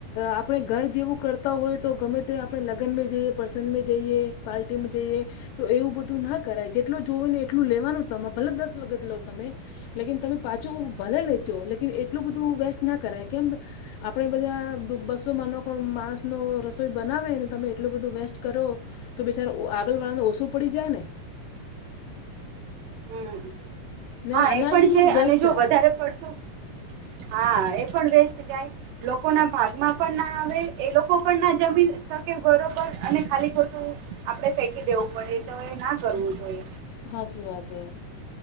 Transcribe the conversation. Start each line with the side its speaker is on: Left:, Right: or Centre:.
Left: આપડે ઘર જેવું કરતા હોય તો ગમે તે આપડે લગનમેં જઈએ પ્રસંગમે જઈએ પાર્ટીમાં જઈએ તો એવું બધું ના કરાય જેટલું જોવું ને એટલું લેવાનું તમે ભલે દસ વખત લો તમે લેકન તમે પાછું ભલે લેતો લન એટલું બધું વેસ્ટ ના કરાય કેમ આપડે બધા બસો માનો માણસનો રસોઈ બનાવે ને તમે એટલું બધું વેસ્ટ કરો તો બિચારા આગળ વાળાને ઓછું પડી જાય ને
Right: હમ
Left: ને
Right: હા
Left: અનાજ
Right: એ પણ
Left: બહુ
Right: છે
Left: વેસ્ટ
Right: અને જો
Left: જાય
Right: વધારે પડતું હા એ પણ વેસ્ટ જાય લોકો ના ભાગમાં પણ ના આવે એ લોકો પણ ના જમી કે બરોબર અને ખાલી ખોટું આપડે ફેકી દેવું પડે તો એ ના કરવું જોઈએ
Left: હાચી વાત હે